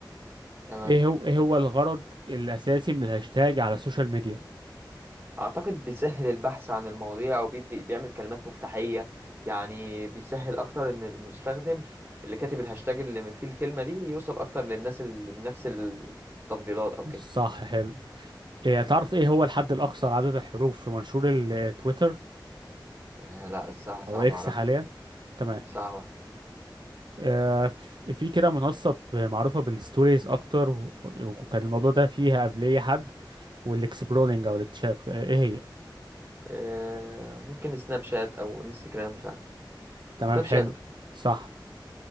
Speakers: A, on the right; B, on the right.
A: تمام
B: ايه هو ايه هو الغرض الأساسي من الهاشتاج على السوشيال ميديا
A: اعتقد بيسهل البحث عن المواضيع او بيدي بيعمل كلمات مفتاحيه يعني بيسهل اكتر ان المستخدم اللي كاتب الهاشتاج اللي فيه الكلمه دي يوصل اكتر للناس اللي بنفس التفضيلات او كده
B: صح حلو إيه تعرف ايه هو الحد الاقصر عدد الحروف في منشور التويتر
A: آه لا الصراحة صعب
B: او اكس
A: أعرفها
B: حاليا تمام
A: صعبة
B: آه، ف- في كده منصه ب- معروفه بالستوريز اكتر و- وكان الموضوع ده فيها قبليه حد والاكسبرولينج او الاكتشاف آه، ايه هي
A: آه ممكن سناب شات أو انستجرام مش عارف
B: تمام
A: سناب
B: حلو
A: شات
B: صح